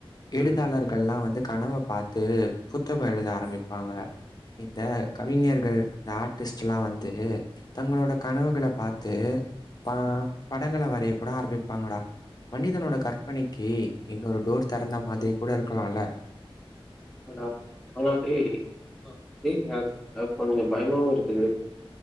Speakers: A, on the left; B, in the centre.
A: எழுதாளர்
B: ம்.
A: கள்ல்லா வந்து கனவ பாத்து புத்தகோ எழுத ஆரம்பிப்பாங்க இந்த கவிஞர்கள் இந்த ஆர்ட்டிஸ்ட் எல்லா வந்து தங்களோட கனவுகள பாத்து ப படங்கள வரைய கூட ஆரம்பிப்பாங்கடா மனிதனோட கற்பனைக்கி இன்னொரு டோர் தெறந்தா மாதிரி கூட இருக்கலால
B: ஆமாண்டா ஆனா அதே அ அதே நேரத்துல கொஞ்சோ பயமாவு இருக்குது